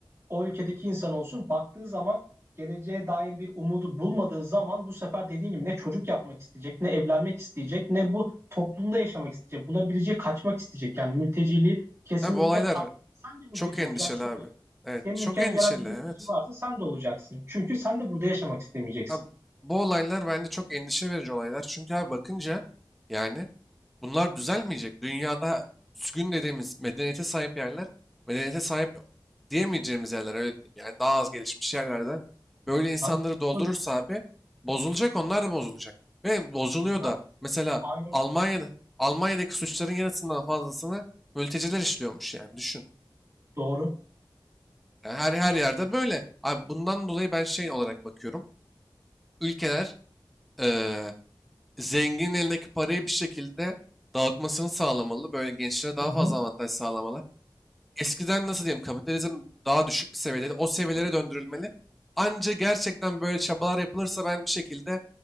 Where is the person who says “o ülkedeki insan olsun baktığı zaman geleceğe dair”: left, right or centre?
Right